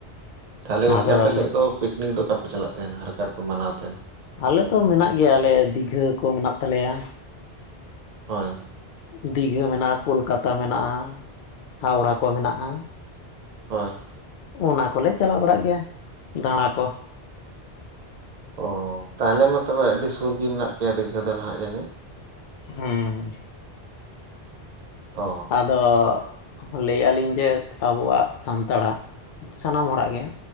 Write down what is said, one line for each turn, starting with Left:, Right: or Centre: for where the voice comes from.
Right: ᱛᱟᱦᱞᱮ ᱜᱚᱢᱠᱮ
Left: ᱟᱫᱚ ᱞᱟᱹᱭ
Right: ᱯᱤᱠᱱᱤᱠ ᱫᱚ ᱚᱠᱟ ᱯᱮ ᱪᱟᱞᱟᱜ ᱛᱟᱦᱮᱱᱟ ᱟᱨ ᱟᱨ ᱚᱠᱟ ᱨᱮ ᱯᱮ ᱢᱟᱱᱟᱣ ᱛᱟᱦᱮᱱᱟ
Left: ᱟᱞᱮ ᱛᱚ ᱢᱮᱱᱟᱜ ᱜᱮᱭᱟᱞᱮ ᱫᱤᱜᱷᱟᱹ ᱠᱚ ᱢᱮᱱᱟᱜ ᱛᱟᱞᱮᱭᱟ
Right: ᱦᱚᱭ
Left: ᱫᱤᱜᱷᱟᱹ ᱢᱮᱱᱟᱜᱼᱟ ᱠᱳᱞᱠᱟᱛᱟ ᱢᱮᱱᱟᱜᱼᱟ ᱦᱟᱣᱲᱟ ᱠᱚ ᱢᱮᱱᱟᱜᱼᱟ
Right: ᱦᱚᱭ
Left: ᱚᱱᱟ ᱠᱚᱞᱮ ᱪᱟᱞᱟᱣ ᱵᱟᱲᱟᱜ ᱜᱮᱭᱟ ᱫᱟᱬᱟ ᱠᱚ
Right: ᱚ ᱛᱟᱦᱚᱞᱮ ᱢᱟ ᱛᱚᱵᱮ ᱟᱹᱰᱤ ᱥᱩᱨ ᱜᱮ ᱢᱮᱱᱟᱜ ᱯᱮᱭᱟ ᱫᱤᱜᱷᱟ ᱫᱚ ᱱᱟᱦᱟᱜ ᱡᱟᱹᱱᱤᱡ
Left: ᱦᱮᱸ
Right: ᱚ
Left: ᱟᱫᱚ ᱞᱟᱹᱭᱼᱟ ᱞᱤᱧ ᱡᱮ ᱟᱵᱚᱣᱟᱜ ᱥᱟᱱᱛᱟᱲᱟᱜ ᱥᱟᱱᱟᱢ ᱦᱚᱲᱟᱜ ᱜᱮ